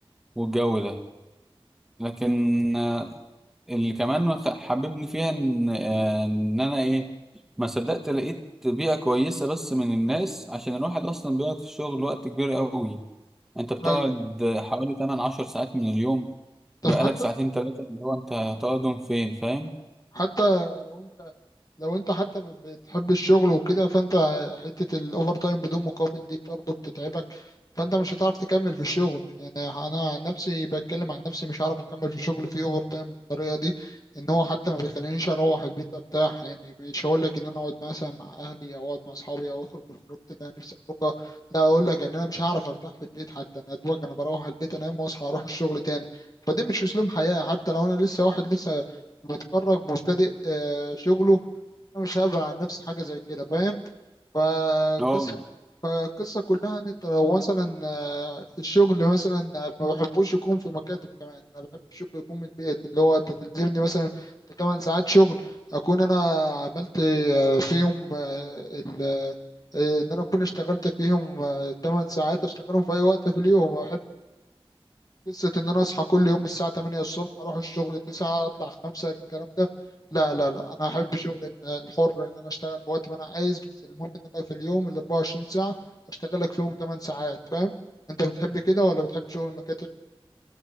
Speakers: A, in the centre; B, on the left (about 40°).
A: والجو ده لكن آه، اللي كمان خ- حببني فيها ان آه، ان انا ايه ما صدقت لقيت بيئة كويسة بس من الناس عشان الواحد اصلا بيقعد في الشغل وقت كبير قوي انت بتقعد
B: ايوه
A: حوالي 8 10 ساعات من اليوم
B: طب
A: بقالك
B: حتى
A: ساعتين ثلاثة اللي هو انت هتقعدهم فين فاهم؟
B: حتى لو انت لو انت حتى ب- بتحب الشغل وكده فانت حتة الاوفر تايم بدون مقابل دي برضه بتتعبك فانت مش هتعرف تكمل في الشغل يعني انا عن نفسي بتكلم عن نفسي مش هعرف اكمل في شغل فيه اوفر تايم بالطريقة دي ان هو حتى ما بيخلينيش اروح البيت ارتاح يعني مش هقول لك ان انا اقعد مثلا مع اهلي او اقعد مع اصحابي او اخرج الخروج اللي انا نفسي اخرجها لا اقول لك ان انا مش هعرف ارتاح في البيت حتى انا دوبك انا بروح البيت انام واصحى اروح الشغل تاني فده مش اسلوب حياة حتى لو انا لسه واحد لسه متخرج مبتدئ آه، شغله انا مش هبعد عن نفسي حاجه زي كده فاهم فالقصه
A: اه
B: القصه كلها ان انت لو مثلا آه، الشغل مثلا آه، ما بحبوش يكون في مكاتب كمان انا بحب الشغل يكون من البيت اللي هو انت تلزمني مثلا في 8 ساعات شغل اكون انا عملت آه، فيهم آه، ال- آه، ان انا اكون اشتغلت فيهم 8 ساعات اشتغلهم في اي وقت في اليوم ما بحبش قصة إن أنا أصحى كل يوم الساعة 8 الصبح أروح الشغل 9 أطلع 5 الكلام ده لا لا لا أنا هحب شغل الحر إن أنا أشتغل في وقت ما أنا عايز بس المهم إن أنا في اليوم ال 24 ساعة أشتغل لك فيهم 8 ساعات فاهم أنت بتحب كده ولا بتحب شغل المكاتب؟